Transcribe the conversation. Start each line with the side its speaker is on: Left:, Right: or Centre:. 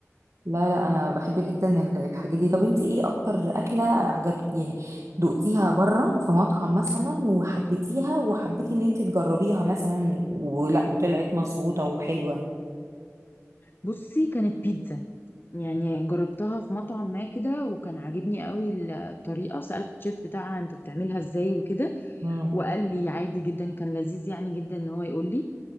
Right: لا لا انا بحب جدا ال- الحاجات دي طب انت ايه اكتر اكله عجبت يعني دقتيها بره في مطعم مثلا وحبيتيها وحبيتي ان انت تجربيها مثلا ولا وطلعت مظبوطه وحلوه
Left: بصي كانت بيتزا يعني جربتها في مطعم ما كده وكان عاجبني قوي ال- الطريقة سألت الشيف بتاعها انت بتعملها ازاي وكده
Right: امم
Left: وقال لي عادي جدا كان لذيذ يعني جدا ان هو يقول لي